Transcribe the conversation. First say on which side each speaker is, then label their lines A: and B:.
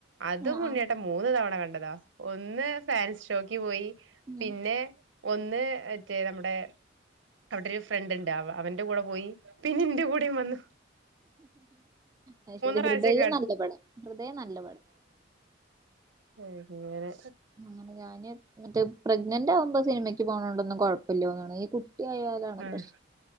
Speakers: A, on the right; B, on the right.
A: അതും
B: ആഹ്
A: ഉണ്ണിയേട്ടൻ
B: ആഹ്
A: മൂന്ന്തവണ കണ്ടതാ ഒന്ന് ഫേൻഷോക്ക്പോയി
B: ഉം
A: പിന്നെ ഒന്ന് മറ്റേ നമ്മുടെ അവിടെരു ഫ്രണ്ട് ഇണ്ട് അവന്റെ കൂടെ പോയി പിന്നെന്റെ കൂടെയുംവന്നു
B: അഹ് ശരി
A: പ്രാവശ്യം
B: ഹൃദയം നല്ല പട ഹൃദയം നല്ലപട
A: ഏഹ് അങ്ങനെ
B: അങ്ങനെ ഞാന് ന്നട്ട് പ്രഗ്നന്റാവുമ്പോ സിനിമക്ക് പോണോണ്ടന്നും കൊഴപ്പയില്ല്യ തോന്ന്ണ് ഈ കു കുട്ടി ആയലാണ്
A: ആഹ്
B: പ്രശ്